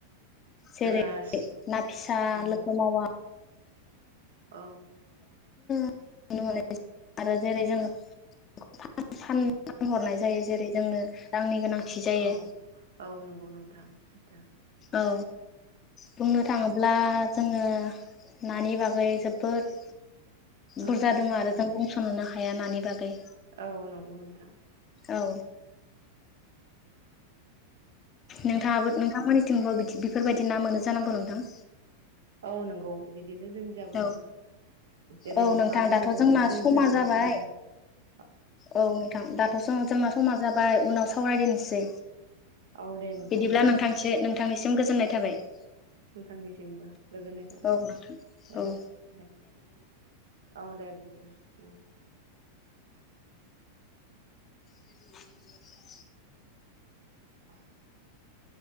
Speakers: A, on the left; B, on the right.
A: जेरै
B: ग्रास
A: ना फिसा
B: उम
A: लोगो मावा
B: औ
A: नुनो मोनो आरो जेरै जों <unintelligible> फानहरनाय जायो जेरै जोङो रांनि गोनांथि जायो
B: औ औ नंगौ नोंथां सैथो
A: औ बुंनो थाङोब्ला
B: औ
A: जोङो नानि बागै जोबोद
B: औ
A: बुरजा दोङो आरो जों बुंसनोनो हाया नानि बागै
B: औ नंगौ नोंथां
A: औ नोंथाङाबो नोंथांमोननि थिंबो बि-बिफोरबायदि ना मोनो जानांगौ नोंथां
B: औ नंगौ बि दिनो जोंनि जाबो
A: औ
B: जेरै
A: औ
B: नोंथाङा
A: नोंथां
B: बुंनाय
A: दाथ'
B: बायदि
A: जोंना
B: जोंनि
A: समा
B: जाबो
A: जाबाय
B: बिदिनो मोनो।
A: औ नोंथां दाथ' जोंना समाजा बाय उनाव सावराय दोनसै
B: औ दे नोंथां
A: बिदिब्ला नोंथांस नोंथांनिसिम गोजोननाय थाबाय। <inaudible>
B: नोंथांनिसिमबो गोजोननाय थाब
A: औ नोंथां
B: दे
A: औ
B: दे औ दे बिदिनो उम
A: <inaudible>
B: <inaudible>